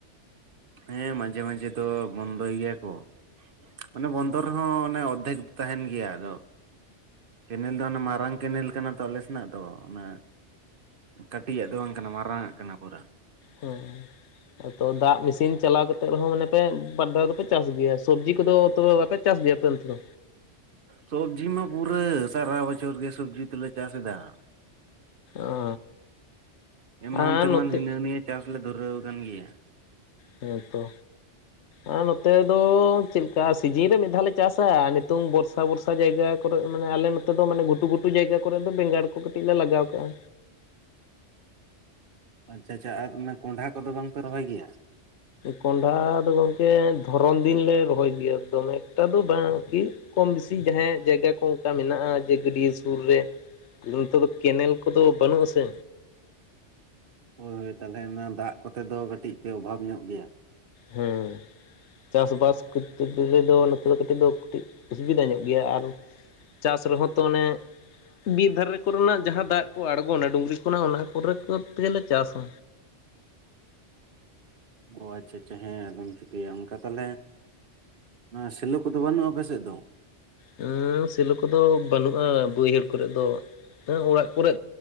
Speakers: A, on the right; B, on the left.
A: ᱦᱮᱸ ᱢᱟᱡᱷᱮ ᱢᱟᱡᱷᱮ ᱫᱚ ᱵᱚᱱᱫᱚᱭ ᱜᱮᱭᱟ ᱠᱚ ᱾ ᱢᱟᱱᱮ ᱵᱚᱱᱫᱚ ᱨᱮᱦᱚᱸ ᱚᱱᱮ ᱚᱨᱫᱷᱮᱠ ᱛᱟᱦᱮᱱ ᱜᱮᱭᱟ ᱟᱫᱚ ᱠᱮᱱᱮᱞ ᱫᱚ ᱚᱱᱮ ᱢᱟᱨᱟᱝ ᱠᱮᱱᱮᱞ ᱠᱟᱱᱟ ᱛᱚ ᱟᱞᱮ ᱥᱮᱱᱟᱜ ᱫᱚ ᱚᱱᱟ ᱠᱟᱹᱴᱤᱡᱟᱜ ᱫᱚ ᱵᱟᱝ ᱠᱟᱱᱟ ᱢᱟᱨᱟᱝᱟᱜ ᱠᱟᱱᱟ ᱯᱩᱨᱟᱹ᱾
B: ᱦᱳᱭ᱾ ᱟᱫᱚ ᱫᱟᱜ ᱢᱮᱥᱤᱱ ᱪᱟᱞᱟᱣ ᱠᱟᱛᱮᱫ ᱨᱮᱦᱚᱸ ᱢᱟᱱᱮ ᱯᱮ ᱵᱟᱨ ᱫᱷᱟᱣ ᱫᱚᱯᱮ ᱪᱟᱥ ᱜᱮᱭᱟ ᱥᱚᱵᱽᱡᱤ ᱠᱚᱫᱚ ᱛᱚᱵᱮ ᱵᱟᱯᱮ ᱪᱟᱥ ᱜᱮᱭᱟ ᱟᱯᱮ ᱚᱱᱛ ᱫᱚ?
A: ᱥᱚᱵᱽᱡᱤ ᱢᱟ ᱯᱩᱨᱟᱹ ᱥᱟᱨᱟ ᱵᱚᱪᱷᱚᱨ ᱜᱮ ᱥᱚᱵᱽᱡᱤ ᱫᱚᱞᱮ ᱪᱟᱥ ᱮᱫᱟ᱾
B: ᱚ
A: ᱮᱢᱟᱱ
B: ᱟᱨ
A: ᱛᱮᱢᱟᱱ
B: ᱱᱚᱛᱮ
A: ᱦᱤᱱᱟᱹ ᱱᱤᱭᱟᱹ ᱪᱟᱥᱞᱮ ᱫᱷᱩᱨᱟᱹᱣ ᱟᱠᱟᱱ ᱜᱮᱭᱟ᱾
B: ᱦᱮᱸ ᱛᱚ᱾
A: ᱦ
B: ᱟᱨ ᱱᱚᱛᱮ ᱫᱚ ᱪᱮᱫ ᱞᱮᱠᱟ ᱥᱤᱡᱤᱱ ᱨᱮ ᱢᱤᱫ ᱫᱷᱟᱣ ᱞᱮ ᱪᱟᱥᱟ ᱱᱤᱛᱚᱝ ᱵᱚᱨᱥᱟ ᱵᱚᱨᱥᱟ ᱡᱟᱭᱜᱟ ᱠᱚᱨᱮ ᱢᱟᱱᱮ ᱟᱞᱮ ᱱᱚᱛᱮ ᱫᱚ ᱢᱟᱱᱮ ᱜᱷᱴᱩ ᱜᱷᱴᱩ ᱡᱟᱭᱜᱟ ᱠᱚᱨᱮ ᱫᱚ ᱵᱮᱸᱜᱟᱲ ᱠᱚ ᱠᱟᱹᱴᱤᱡ ᱞᱮ ᱞᱟᱜᱟᱣ ᱠᱟᱜᱼᱟ᱾
A: ᱟᱪᱪᱷᱟ ᱟᱪᱪᱷᱟ ᱟᱨ ᱚᱱᱟ ᱠᱚᱸᱰᱷᱟ ᱠᱚᱫᱚ ᱵᱟᱝᱯᱮ ᱨᱚᱦᱚᱭ ᱜᱮᱭᱟ?
B: ᱠᱚᱱᱰᱷᱟ ᱫᱚ ᱜᱚᱝᱠᱮ ᱫᱷᱚᱨᱚᱱ ᱫᱤᱱ ᱞᱮ ᱨᱚᱦᱚᱭ ᱜᱮᱭᱟ ᱫᱚᱢᱮ ᱮᱠᱴᱟ ᱵᱟᱝ ᱟᱨᱠᱤ᱾ ᱠᱚᱢ ᱵᱮᱥᱤ ᱡᱟᱦᱟᱸᱭᱟᱜ ᱡᱟᱭᱜᱟ ᱠᱚ ᱚᱱᱠᱟ ᱢᱮᱱᱟᱜᱼᱟ ᱡᱮ ᱜᱟᱹᱰᱭᱟᱹ ᱥᱩᱨ ᱨᱮ᱾ ᱱᱮᱛᱮ ᱫᱚ ᱠᱮᱱᱮᱞ ᱠᱚᱫᱚ ᱵᱟᱹᱱᱩᱜ-ᱟ ᱥᱮ᱾
A: ᱦᱳᱭ ᱦᱳᱭ ᱛᱟᱦᱚᱞᱮ ᱚᱱᱟ ᱫᱟᱜ ᱠᱚᱛᱮ ᱫᱚ ᱠᱟᱹᱴᱤᱡ ᱯᱮ ᱚᱵᱷᱟᱵᱽ ᱧᱚᱜ ᱜᱮᱭᱟ?
B: ᱦᱮᱸ᱾ ᱪᱟᱥ ᱵᱟᱥ ᱠᱚᱨᱛᱮ ᱜᱮᱞᱮ ᱫᱚ ᱱᱚᱛᱮ ᱫᱚ ᱠᱟᱹᱴᱤᱡ ᱫᱚ ᱠᱟᱹᱴᱤᱡ ᱚᱥᱩᱵᱤᱫᱟ ᱧᱚᱜ ᱜᱮᱭᱟ ᱟᱨ ᱪᱟᱥ ᱨᱮᱦᱚᱸ ᱛᱚ ᱚᱱᱮ ᱵᱤᱨ ᱫᱷᱟᱨᱮ ᱠᱚᱨᱮᱱᱟᱜ ᱡᱟᱦᱟᱸ ᱫᱟᱜ ᱠᱚ ᱟᱲᱜᱚᱱᱟ ᱰᱩᱝᱨᱤ ᱠᱚᱨᱮᱱᱟᱜ ᱚᱱᱟ ᱠᱚᱨᱮ ᱠᱚ ᱛᱮᱜᱮᱞᱮ ᱪᱟᱥᱟ᱾
A: ᱚᱻ ᱟᱪᱪᱷᱟ ᱟᱪᱪᱷᱟ ᱦᱮᱸ ᱟᱫᱚᱢ ᱪᱤᱠᱟᱹᱭᱟ ᱚᱱᱠᱟ ᱛᱟᱦᱚᱞᱮ ᱚᱱᱟ ᱥᱮᱞᱚ ᱠᱚᱫᱚ ᱵᱟᱹᱱᱩᱜ-ᱟ ᱟᱯᱮ ᱥᱮᱫ ᱫᱚ?
B: ᱦᱮᱸ ᱥᱮᱞᱚ ᱠᱚᱫᱚ ᱵᱟᱹᱱᱩᱜᱼᱟ ᱵᱟᱹᱭᱦᱟᱹᱲ ᱠᱚᱨᱮ ᱫᱚ ᱦᱮᱸ ᱚᱲᱟᱜ ᱠᱚᱨᱮ